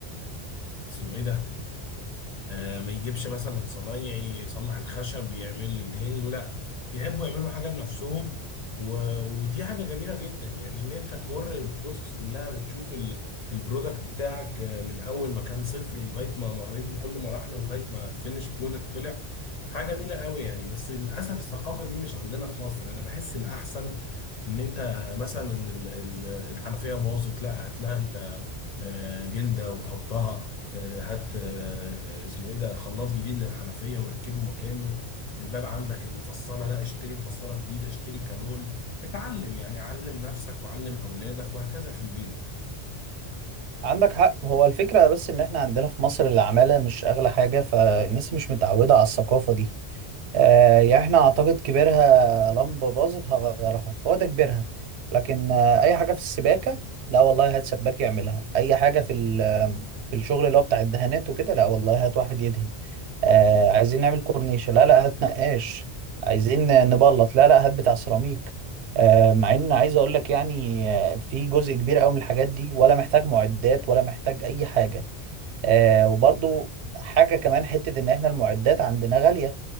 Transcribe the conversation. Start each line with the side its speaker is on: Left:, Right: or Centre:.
Left: اسمه ايه ده آه، ما يجيبش مثلا صنايعي يصلح الخشب يعمل يدهن له لا يحبوا يعملوا حاجه بنفسهم و... ودي حاجه جميله جدا يعني ان انت تمر البروسيس كلها وتشوف ال... البرودكت بتاعك آه، من اول ما كان صفر لغايه ما مريت بكل مراحله لغايه ما الفينش برودكت طلع حاجه جميله قوي يعني بس للاسف الثقافه دي مش عندنا في مصر انا بحس الاحسن ان انت مثلا ال... ال- الحنفيه باظت لا هات لها انت آه، جلده وحطها آه، هات آه، اسمه ايه ده خلاط جديد للحنفيه وركبه مكانه الباب عندك المفصله لا اشتري مفصله جديده اشتري كالون اتعلم يعني علم نفسك وعلم اولادك وهكذا في البيت
Right: عندك حق هو الفكره بس ان احنا عندنا في مصر العماله مش اغلى حاجه فالناس مش متعوده على الثقافه دي آه يعني احنا اعتقد كبيرها لمبة باظت هغيرها هو ده كبيرها لكن آه اي حاجة في السباكة لا والله هات سباك يعملها اي حاجة في ال- آه، في الشغل اللي هو بتاع الدهانات وكده لا والله هات واحد يدهن آه عايزين نعمل كورنيشة لا لا هات نقاش عايزين نبلط لا لا هات بتاع سيراميك آه مع ان عايز اقول لك يعني آه، في جزء كبير قوي من الحاجات دي ولا محتاج معدات ولا محتاج اي حاجة آه وبرضو حاجة كمان حتة ان احنا المعدات عندنا غالية